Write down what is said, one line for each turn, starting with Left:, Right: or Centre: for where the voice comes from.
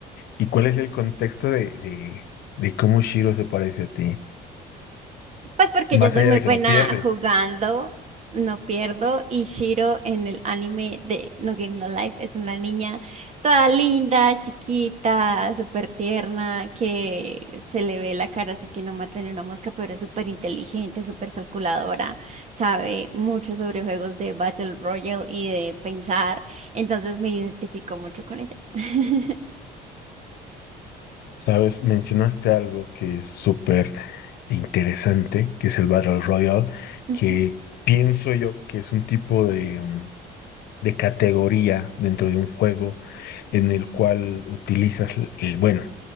Left: ¿y cuál es el contexto de, de, de cómo Shiro se parece a ti?
Right: Pues porque
Left: Más
Right: yo soy
Left: allá
Right: muy
Left: de
Right: buena
Left: que no pierdes,
Right: jugando, no pierdo. Y Shiro en el anime de No Game No Life es una niña toda linda, chiquita, súper tierna, que se le ve la cara así que no mata ni una mosca, pero es súper inteligente, súper calculadora, sabe mucho sobre juegos de Battle Royale y de pensar. Entonces me identifico mucho con ella. <laughs>
Left: ¿sabes? Mencionaste algo que es súper interesante, que es el Battle Royale,
Right: Ujú.
Left: que pienso yo que es un tipo de... mm, de categoría dentro de un juego en el cual utilizas, el, bueno,